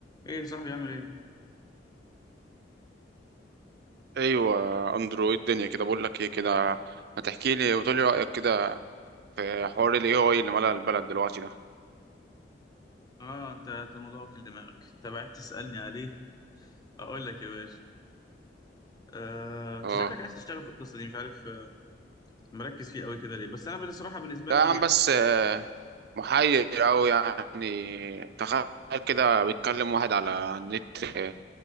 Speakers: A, on the left (about 20°); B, on the right (about 60°).
A: ايه يا صاحبي عامل ايه؟
B: ايوه اندرويد الدنيا كده بقول لك ايه كده ما تحكي لي وتقول لي رايك كده في حوار الاي اي اللي ملأ البلد دلوقتي ده
A: اه انت انت الموضوع واكل دماغك انت بعت تسألني عليه اقول لك يا باشا آه، انت
B: اه
A: شكلك عايز تشتغل في القصه دي مش عارف آه، مركز فيه قوي كده ليه بس انا بصراحه بالنسبه
B: ده
A: لي
B: يا عم بس آه، محير أوي يعني تخيل كده بيتكلم واحد على النت آه،